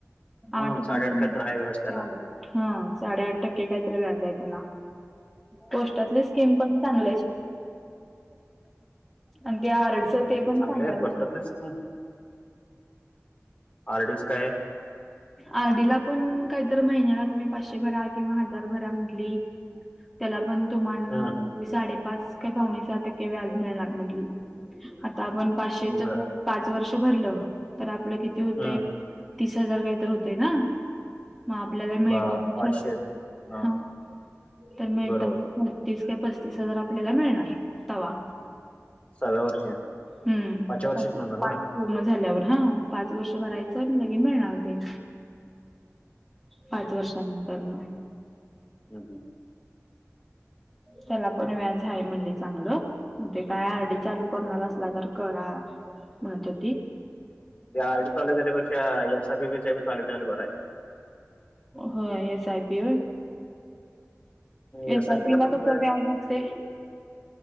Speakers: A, on the left; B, in the centre.
A: हा
B: आठ
A: साडेआठ
B: काय
A: तर हाय व्याज त्याला
B: साडेआठ हा साडेआठ टक्के कायतरी व्याज आहे त्याला पोस्टातली स्कीम पण चांगले आणि ते आरडच
A: हम्म
B: ते पण
A: चांगले
B: चांगलं आहे
A: फस्टातलेच हार्ड डिस्क आहे
B: आर्डीला पण काहीतर महिन्याला फि पाचशे भरा किंवा हजार भरा म्हटली त्याला पन तुम्हाना
A: हम्म
B: साडे पाच काय पावणे सहा टक्के व्याज मिळणार म्हट. आ आपण पाचशेच जर
A: बर
B: पाच वर्ष भरलं तर आपलं किती होते
A: हम्म
B: त. हजार काही तर होतय ना. मग आपल्याला मिळतानाछ
A: बा पाचशे हा
B: ह तर मिळताना
A: बरोबर
B: छत्तीस. <unintelligible> पस्तिस हजार आपल्याला मिळणार तवा
A: सहाव्या वर्षी.
B: हम्म
A: पाचव्या वर्षीच
B: पा
A: म्हणणार
B: पाच
A: का
B: पूर्ण झाल्यावर हा पाच वर्ष भरायचं. चल लंगै मिळणार ते पाच वर्षानंतर न.
A: हम् हम् हम्. <unintelligible>
B: त्याला पण व्याज आहे म्हणले चांगलं ते काय आरडी
A: हं
B: चालू करणार असला तर. करा म्हणत ती.
A: ते अ कॉलेजच्यापेक्षा एीी चॉलेजला करा आहे. <unintelligible>
B: होय एस आय पी व्हय
A: आहे
B: एस
A: आय
B: साय
A: पीला
B: टि ला
A: पण
B: कस व्याज असते.